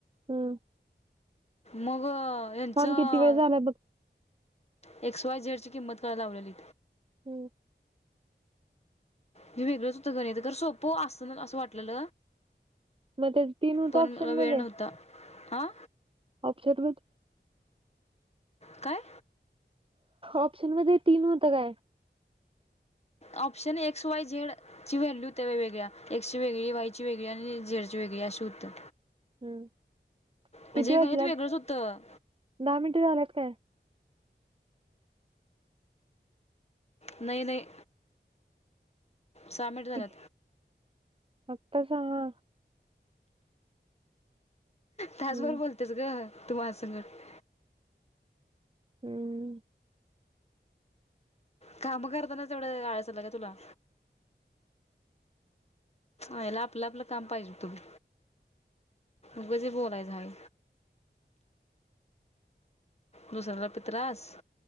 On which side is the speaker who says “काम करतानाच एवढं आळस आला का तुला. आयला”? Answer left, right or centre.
Left